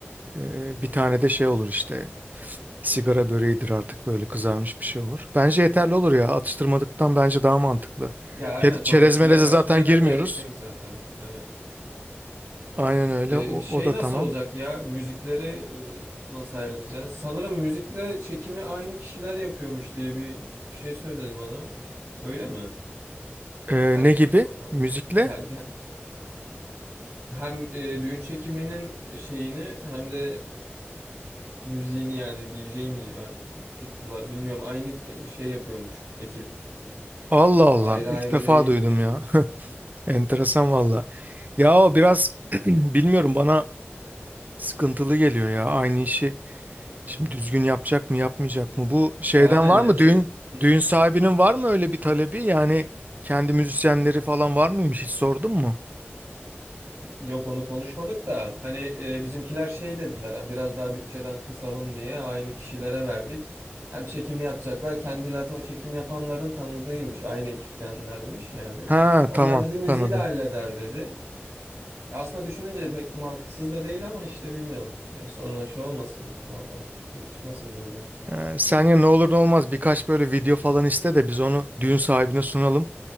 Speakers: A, on the right; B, on the right.
A: Ee,
B: Hı hı.
A: bir tane de şey olur işte sigara böreğidir artık böyle kızarmış bir şey olur. Bence yeterli olur ya atıştırmadıktan bence daha mantıklı.
B: Ya aynen
A: Çe-
B: çok
A: Çerez
B: aşırıya
A: meleze
B: kaçmaya
A: zaten girmiyoruz.
B: da gerek yok zaten. Evet.
A: Aynen öyle
B: Ee,
A: o,
B: şey
A: o da
B: nasıl
A: tamam.
B: olacak ya? Müzikleri e, nasıl ayarlayacağız? Sanırım müzikle çekimi aynı kişiler yapıyormuş diye bir şey söyledi bana. Öyle mi?
A: Ee,
B: Hani
A: ne
B: e,
A: gibi?
B: o-
A: Müzikle?
B: yani hem e, düğün çekiminin şeyini hem de e, müziğini yani DJ mi artık tuttular bilmiyorum. Aynı ki- şey yapıyormuş ekip.
A: Allah Allah
B: Ayrı
A: ilk
B: ayrı
A: defa
B: değilmiş.
A: duydum ya. <laughs> Enteresan valla. Ya o biraz <clears throat> bilmiyorum bana sıkıntılı geliyor ya aynı işi. Şimdi düzgün yapacak mı yapmayacak mı? Bu şeyden
B: Aynen
A: var
B: yani
A: mı
B: çe-
A: düğün
B: çe-
A: düğün sahibinin var mı öyle bir talebi? Yani kendi müzisyenleri falan var mıymış hiç sordun mu?
B: yok onu konuşmadık da hani e, bizimkiler şey dediler hani biraz daha bütçeden kısalım diye aynı kişilere verdik. Hem çekimi yapacaklar kendi zaten o çekim yapanların tanıdığıymış aynı ekiptenlermiş yani.
A: Ha
B: Onlar
A: tamam
B: dedi müziği
A: tanıdım.
B: de halleder dedi. Aslında düşününce pek mantıksız da değil ama işte bilmiyorum. Yani sonra şey olmasın orada sıkıntı çıkmasın diye diyorum.
A: Ee, sen ya ne olur ne olmaz birkaç böyle video falan iste de biz onu düğün sahibine sunalım.